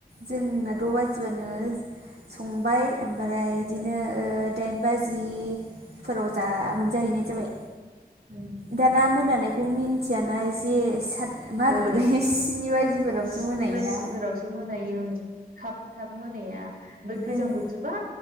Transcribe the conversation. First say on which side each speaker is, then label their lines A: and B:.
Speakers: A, on the right; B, on the right.
A: जोंना द' बाजिबानो संबाय ओमफ्राय
B: संबाय
A: बिदिनो ओ दाइन बाजि। फोराव जा मोनजाहैनाय जाबाय।
B: ओ
A: दाना मोनानायखौ मिन्थियाना एसे साथ मा
B: ओ
A: होनोमोनलाय सिनि बाजिफोरावसो
B: स्नि
A: मोनायोना
B: बाजिफोरावसो मोनायो ओं थाब थाब मोनाया ओमफ्राय गोजां
A: ओं
B: बोथोरबा